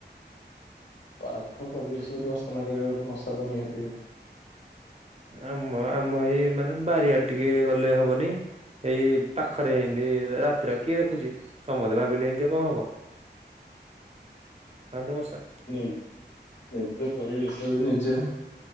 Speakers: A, on the left; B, on the right.
A: ପାଖ ପରିବେଶ ଅସନା କରିବେ ତ ମଶାତ ନିହାତି ହେବେ।
B: ଆମ ଆମ ଏଇ ମାନେ ବାରିଆଡେ ଟିକେ ଗଲେ ହବନି ଏଇ ପାଖରେ ଏମିତି ରାତିରେ କିଏ ଦେଖୁଛି ସମସ୍ତେ ଭାବିଲେ ଏମତି କଣ ହବ? ଖାନ୍ତୁ ମଶା।
A: ନି ନିଜ ପରିବେଶ କୁ ନିଜେ